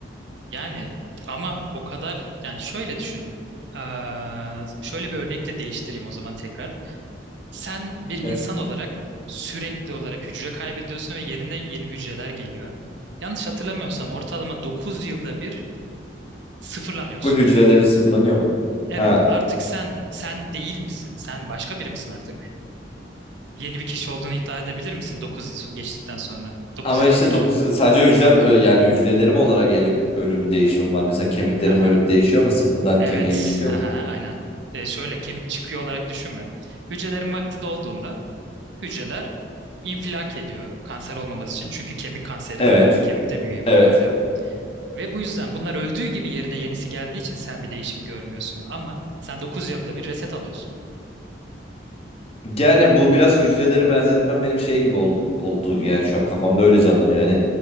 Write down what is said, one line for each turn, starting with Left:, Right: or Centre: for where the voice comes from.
Right: Yani ama o kadar yani şöyle düşün. Eee, şöyle bir örnekle değiştireyim o zaman tekrar. Sen bir insan
Left: Evet.
Right: olarak sürekli olarak hücre kaybediyorsun ve yerine yeni hücreler geliyor. Yanlış hatırlamıyorsam ortalama 9 yılda bir sıfırlanıyorsun.
Left: Full hücrelerin sıfırlanıyor mu?
Right: Evet,
Left: Ha.
Right: artık sen sen değil misin? Sen başka biri misin artık? Yeni bir kişi olduğunu iddia edebilir misin Dokuz yıl geçtikten sonra? dokuz
Left: Ama
Right: yılda
Left: işte
Right: bir.
Left: 9 sadece hücrem ö- yani hücrelerim olarak elim, ölüm değişimi var. Mesela kemiklerim
Right: Haha.
Left: ölüp değişiyor mu? Sıfırdan
Right: Evet.
Left: kemiğim çıkıyor
Right: Haha,
Left: mu?
Right: aynen. E, şöyle kemik çıkıyor olarak düşünme. Hücrelerin vakti dolduğunda hücreler infilak ediyor kanser olmaması için. Çünkü kemik kanseri
Left: Evet.
Right: de var. Kemik de büyüyebiliyor
Left: Evet.
Right: hala. Ve bu yüzden bunlar öldüğü gibi yerine yenisi geldiği için sen bir değişim görmüyorsun. Ama sen 9 yılda bir reset alıyorsun.
Left: Yani bu biraz hücreleri benzetmem benim şey gibi ol- oldu. Yani şu an kafamda öyle canlanıyor. Hani